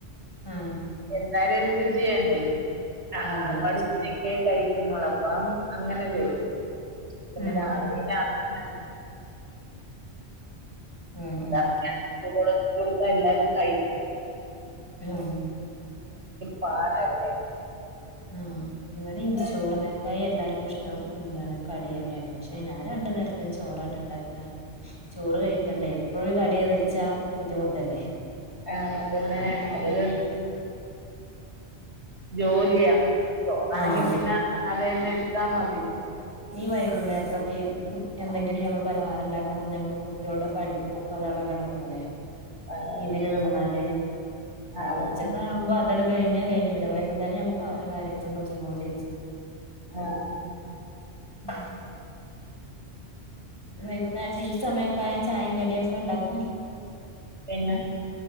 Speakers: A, on the left; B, on the right.
A: ആ
B: ന്തായായാലോരു രുചിവേണ്ടേ ആ
A: അതെ
B: അപ്പാടെ
A: അത് ശരി
B: ഉച്ചക്ക് കഴിക്കുന്നുള്ള അപ്പം അങ്ങനെ ചെയ്യും പിന്നെ
A: ഉം
B: രാവിലേം രാത്രി <unintelligible> <unintelligible>
A: ഉം ആ
B: പാടല്ലെ
A: ആ ഇവിടേം ചോറിനക്കായി എല്ലാർ ഇഷ്ടം എന്താണ് കടി യെന്നെയാണ് പക്ഷെ ഞാൻ രണ്ടു നേരത്തിനും ചോറാട്ടോ ണ്ടാക്കാ ചോറ് കഴിക്കണ്ടേ എപ്പോഴും കടിയ വെച്ചാ ബുദ്ധിമുട്ടല്ലേ
B: ആ പിന്നെ അതില് ജോലിയാ ചോറാണെങ്കി
A: ആഹ്
B: പിന്നെ അത് ന്നെ എടുത്താ മതി
A: ഈ വൈകുന്നേർത്തൊക്കെ കു എന്തെങ്കിലും ഞമ്മൾ പലഹാരം ണ്ടാക്കാൻ നിന്നാ നമ്മളെ കുട്ടികളുടെ പഠി പ്പൊക്കെ അതട നടക്കൂലെ
B: അതെ പിന്നെ
A: ഇതിന് നിന്നാല്
B: അതെ
A: ഉച്ച കാണുമ്പ ട്ടട് കഴിഞ്ഞാ കഴിഞ്ഞു പിന്നെ വൈകുന്നേരം നമുക്ക് അവര കാര്യങ്ങളും നോക്കിക്കൊണ്ടിരിക്കും
B: ആ
A: <inaudible> വൈകുന്നേരം ഈ സമയ <unintelligible> ചായിം കടിം ഒക്കെ ഇണ്ടാക്കും
B: പിന്നെ